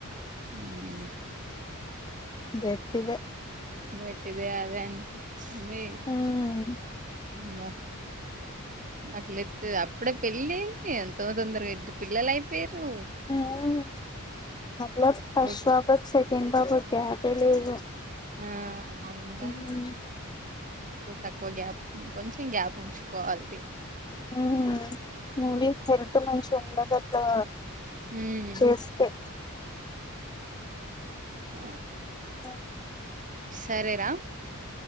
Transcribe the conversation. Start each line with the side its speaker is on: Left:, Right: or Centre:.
Right: మ్
Left: గట్టివే
Right: బట్టివే అదే అనిపిచింది
Left: హ్మ్
Right: ఉమ్మో మట్లతే అప్పుడే పెళ్ళి ఎంతో తొందరగా ఇద్దరు పిల్లలై పేరు
Left: అవును మల ఫస్ట్
Right: ఓ-
Left: హాఫ్ సెకండ్ హాఫ్ గ్యాపే లేదు
Right: ఆ అవునుగా
Left: మ్మ్
Right: తక్కువ గ్యాప్ ఉ కొంచెం గ్యాప్ ఉంచుకోవాలి తి
Left: మ్ నువ్వే హెల్త్ మంచి ఉండదుట్లా
Right: ఉమ్.
Left: చేస్తే
Right: ఆ
Left: ఆ
Right: సరేరా